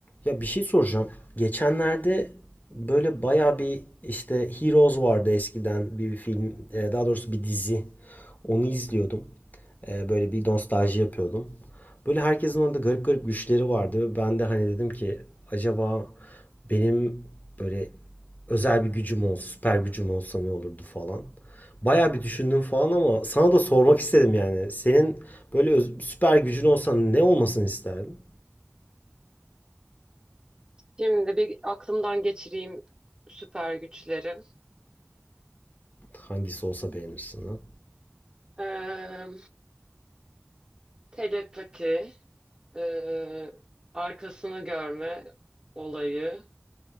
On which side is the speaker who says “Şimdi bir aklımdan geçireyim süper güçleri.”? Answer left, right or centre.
Right